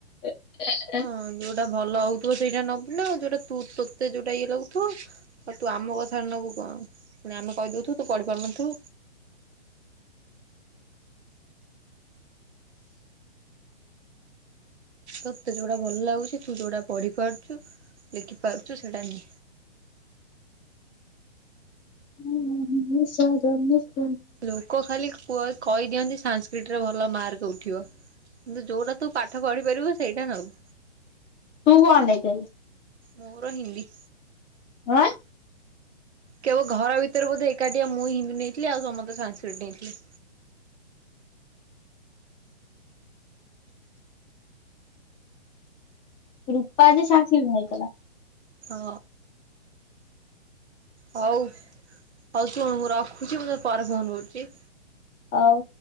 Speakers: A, on the left; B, on the right.
A: ହେ। ଏଏ
B: ହଁ ଯୋଉଟା ଭଲ ହଉଥିବ ସେଇଟା ନବୁ ନା ଆଉ ଯୋଉଟା ତୁ ତୋତେ ଯୋଉଟା ଇଏ ଲାଗୁ ତୁ ଆଉ ତୁ ଆମ କଥା କ ନବୁ କଣ ପୁଣି ଆମେ କହିଦଉଛୁ ତୁ ପଢି ପାରୁନଥ ତତେ ଯୋଉଟା ଭଲ ଲାଗୁଛି, ତୁ ଯୋଉଟା ପଢି ପାରୁଛୁ, ଲେଖି ପାରୁଛୁ ସେଇଟା ନେ।
A: <unintelligible>
B: ଲୋକ ଖାଲି କୁ କହି କହନ୍ତି ସାଂସ୍କ୍ରିଟରେ ଭଲ ମାର୍କ ଉଠିବ କିନ୍ତୁ ଯେଉଁଟା ତୁ ପାଠ ପଢ଼ିପାରିବୁ ସେଇଟା ନେଉ
A: ତୁ କଣ ନାଇଥିଲ?
B: ମୋର ହିନ୍ଦୀ।
A: ଆଁ <unintelligible>
B: କେବଳ ଘର ଭିତରେ ବୋଧେ ଏକାଠିଆ ମୁଁ ହିନ୍ଦୀ ନେଇଥିଲି ଆଉ ସମସ୍ତେ ସଂସ୍କୃତ ନେଇଥିଲେ।
A: ରୂପା ଯେ ଶସ ସଂସ୍କିରିଟ୍ ନହିଁ ଥିଲା।
B: ହଁ ହଉ ହଉ ଶୁଣ ମୁଁ ରଖୁଛି ମୁଁ ପରେ ଫୋନ କରୁଛି।
A: ହଉ।